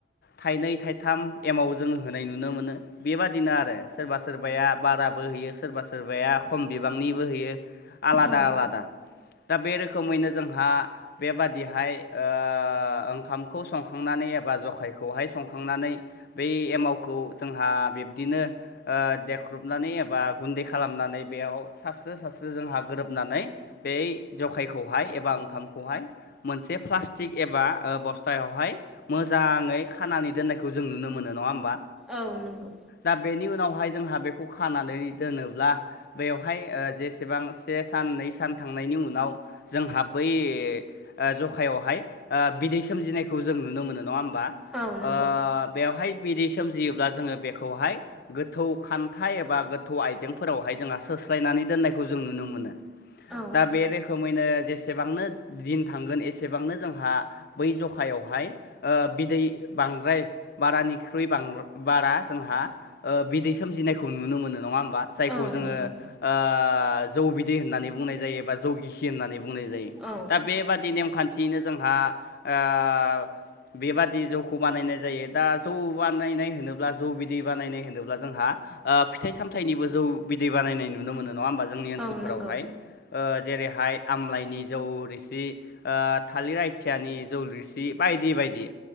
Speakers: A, on the left; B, in the centre.
A: थाइनै थाइथाम एमाव जोङो होनाय नुनो मोनो। बेबादिनो आरो सोरबा सोरबाया बाराबो होयो सोरबा सोरबाया खम बिबांनिबो होयो आलादा
B: औ
A: आलादा। दा बे रोखोमैनो जोंहा बेबादिहाय ओ ओंखामखौ सं संनानै एबा जखायखौहाय संखांनानै बै एमावखौ जोंहा बिब्दिनो ओ देख्रुबनानै एबा गुन्दै खालामनानै। बेयाव सासस्रो सासस्रो जोंहा गोरोबनानै बै जखायखौहाय एबा ओंखामखौहाय मोनसे प्लास्टिक एबा बस्थायावहाय मोजाङै खानानै दोननायखौ जों नुनो मोनो नङा होमबा?
B: औ नंगौ
A: दा बेनि उनावहाय जोंहा बेखौ खानानै दोनोब्ला बेयावहाय ओ जेसेबां से सान नै सान थांनायनि उनाव जोंहा बै ओ जखायावहाय ओ बिदै सोमजिनायखौ जों नुनो मोनो नङा होमबा?
B: औ नंगौ
A: ओ बेवहाय बिदि सोमजियोब्ला जोङो बेखौहाय गोथौ खान्थाइ एबा गोथौ आइजेंफोरावहाय जोंहा सोस्लायनानै दोननायखौ जों नुनो मोनो।
B: औ
A: दा बे रोखोमैनो जेसेबांनो दिन थांगोन एसेबांनो जोंहा बै जखायावहाय ओ बिदै बांद्राय बारानिख्रुइ बां बारा जोंहा बिदै सोमजिनायखौ नुनो मोनो नङा होमबा? जायखौ
B: औ
A: जोङो
B: नंगौ
A: आ जौ बिदै होननानै बुंनाय जायो बा जौगिसि होननानै बुंनाय जायो। जायो
B: औ
A: दा बेबादि नेमखान्थियैनो जोंहा ओ बेबादि जौखौ बानायनाय जायो दा जौ बानायनाय होनोब्ला जौ बिदै बानायनाय होनोब्ला जोंहा आ फिथाइ सामथाइनिबो जौ बिदै बानायनाय नुनो मोनो नङा होमबा जोंनि ओनसोलफोरावहाय।
B: औ नंगौ
A: ओ जेरैहाय आमलाइनि जौ रोसि ओ थालिर आथियानि जौ रोसि बायदि बायदि